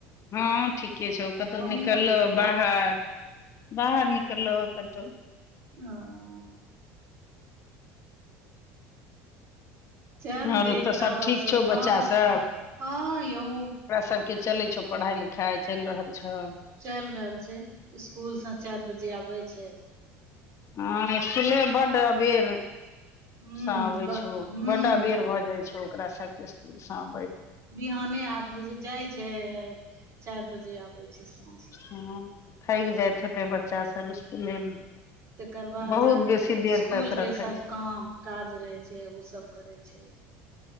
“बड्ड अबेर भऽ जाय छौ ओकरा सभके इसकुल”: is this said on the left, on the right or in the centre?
Left